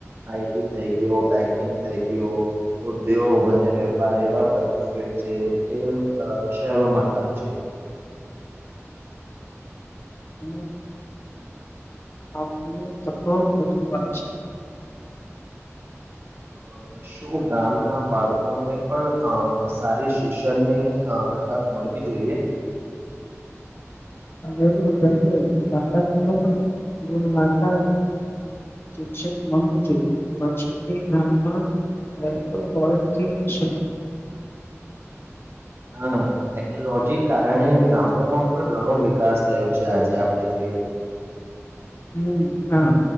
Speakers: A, on the right; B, on the left.
A: આઈટી થઈ ગયો બેંકિંગ થઈ ગયો ઉદ્યોગ અને વેપાર એવા બધું ફિલ્ડ એ શહેરોમાં થાય છે
B: એ આાવ બુ હોય છે
A: અ શું ગામના બાળકોને પણ અ સારી શિક્ષણની અ તક મળવી જોઈએ
B: અ ભારતમાં ગુણવતા શિક્ષિત મળવું જોઈએ પછી તે ગામમાં એ તો હોય કે શ
A: હા ટેકનોલોજી કારણે ગામોમાં પણ ઘણો વિકાસ થયો છે આજે આપણે જોઈએ તો
B: હમ હા